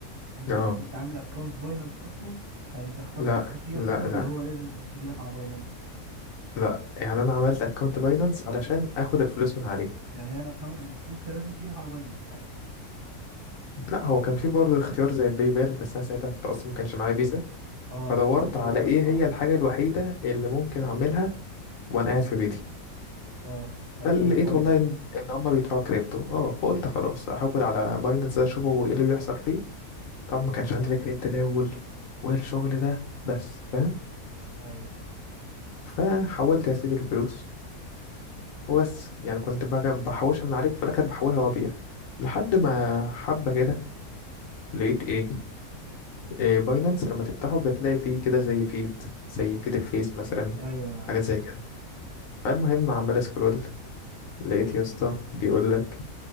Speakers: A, on the right (about 45°); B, on the left (about 70°).
A: انت ساعتها
B: اه
A: كنت عامل اكونت باينانس اصلا فانت اخترت
B: لا
A: الفلوس تجيلك
B: لا
A: عليه ولا
B: لا
A: هو لازم الفلوس تجيلك على باينانس
B: لا يعني انا عملت اكونت باينانس علشان اخد الفلوس من عليه
A: يعني هي الاكونت الفلوس كان لازم تجيلك على باينانس ساعتها
B: لا هو كان في برضه اختيار زي باي بال بس انا ساعتها في التقسيط ما كانش معايا فيزا
A: اه
B: فدورت
A: فالموضوع
B: على
A: ده كان
B: ايه
A: صعب
B: هي الحاجة الوحيدة اللي ممكن اعملها وانا قاعد في بيتي
A: اه فكان
B: فلقيت
A: باينانس
B: والله ان إن هما بيدفعوا كريبتو اه فقلت خلاص احول على باينانس اشوفه ايه اللي بيحصل فيه طبعا ما كانش عندي فكرة التداول والشغل ده بس فاهم
A: ايوه
B: فحولت يا سيدي الفلوس وبس يعني كنت بقى بحوشها من عليه وفي الاخر بحولها وابيع لحد ما حبة كده لقيت ايه, إيه باينانس لما تفتحه بتلاقي فيه كده زي فيد زي فيد الفيس مثلا
A: ايوه انا عارف
B: حاجات زي كده فالمهم عمال اسكرول لقيت يا اسطى بيقول لك